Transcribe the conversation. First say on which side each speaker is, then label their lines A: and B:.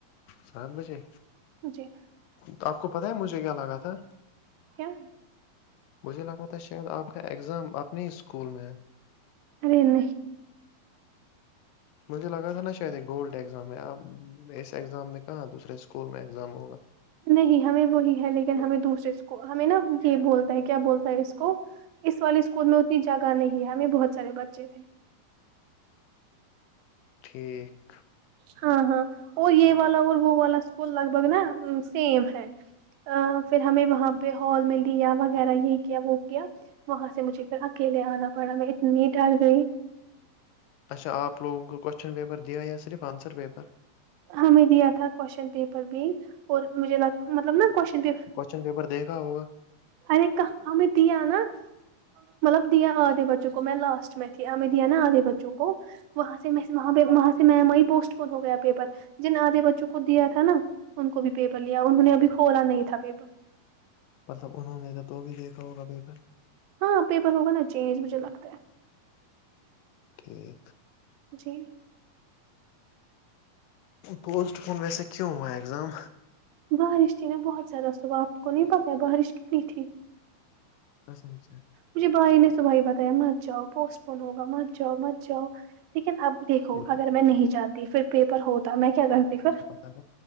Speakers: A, on the left; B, on the right.
A: سات بجے
B: جی
A: تو آپ کو پتا ہے مجھے کیا لگا تھا
B: کیا
A: مجھے لگا تھا شاید آپ کا اگزام اپنے ہی اسکول میں ہے
B: نہیں
A: مجھے لگا تھا نا شاید ایک گولڈ ایگزام میں اب اس ایگزام میں کہاں دوسرے اسکول میں ایگزام ہوگا
B: نہیں ہمیں وہی ہے لیکن ہمیں دوسرے کو ہمیں نا یہ بولتا ہے کیا بولتا ہے اس کو اس والے اسکول میں اتنی جگہ نہیں ہے ہمیں بہت سارے بچے تھے
A: ٹھیک
B: ہاں ہاں اور یہ والا اور وہ والا اسکول لگ بھگ نا سیم ہے پھر ہمیں وہاں پہ ہال میں لیا وغیرہ یہ کیا وہ کیا وہاں سے مجھے پھر اکیلے آنا پڑا میں اتنی ڈر گئی
A: اچھا آپ لوگوں کوسچن پیپر دیا یا صرف آنسر پیپر
B: ہمیں دیا تھا کوشچن پیپر بھی اور مجھے لگ مطلب نا کوشچن پیپر
A: کون پپر دیکھا ہوا
B: ارے کہاں ہمیں دیا نا مطلب دیا آدے بچوں کو میں لاسٹ میںی تھی ایں دیا نا آدے بچوں چوں کو وہاں سے میں وہاں پہ وہاں سے میں وہ پوسٹ پون ہو گیا پیپر جن آدھے بچوں کو دیا تھا نا ان کو بھی پیپر لیا انہوں نے اب کولا نہیں تھا پی
A: مطلب انہوں نے تو تو بھی دیکھا ہوگا پیپر
B: ہاں پیپر ہوگا نا چینج مجھے لگتا ہے
A: ٹھیک
B: جی
A: پوسٹ فون ویسے کیوں وہ اگزام
B: بارش تھی نا بہت زیادہ سبح آپ کو نہیں پتا ہے بارش کتنی تھی
A: پسند سے
B: مجھے بھائی نے ص بھائی بتایا مت جاؤ پوسٹ پون ہوگا مت جاؤ مت جاؤ لیکن اب دیکھو
A: لیکن
B: اگر میں نہیں جاتی پھر پیپر ہوتا میں کیا کرتی پھر
A: ا